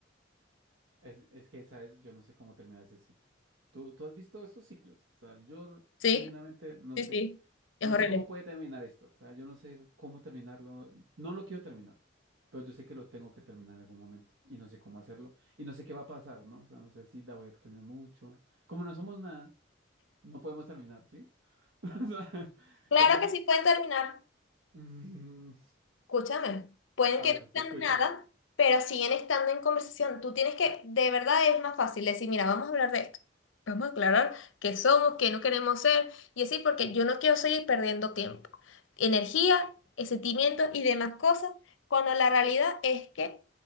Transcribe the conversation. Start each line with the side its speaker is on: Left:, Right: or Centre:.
Right: Es, es que, ¿sabes? Yo no sé cómo termina ese ciclo. ¿Tú, tú has visto esos ciclos? O sea, yo
Left: Sí,
Right: genuinamente no
Left: sí,
Right: sé,
Left: sí. Es
Right: no
Left: horrible.
Right: sé cómo puede terminar esto. O sea, yo no sé cómo terminarlo. No lo quiero terminar, pero yo sé que lo tengo que terminar en algún momento y no sé cómo hacerlo y no sé qué va a pasar, ¿no? O sea, no sé si la voy a extrañar mucho. Como no somos nada, no podemos terminar, ¿sí? <laughs> O sea,
Left: Claro
Right: ese es
Left: que
Right: el-
Left: sí pueden terminar.
Right: Mm,
Left: Escúchame, pueden
Right: a
Left: que
Right: ver,
Left: no
Right: te
Left: sean
Right: escucho.
Left: nada, pero siguen estando en conversación. Tú tienes que, de verdad es más fácil decir, mira, vamos a hablar de esto. Vamos a aclarar qué somos, qué no queremos ser, y así porque yo no quiero seguir perdiendo tiempo, energía, eh, sentimientos y demás cosas, cuando la realidad es que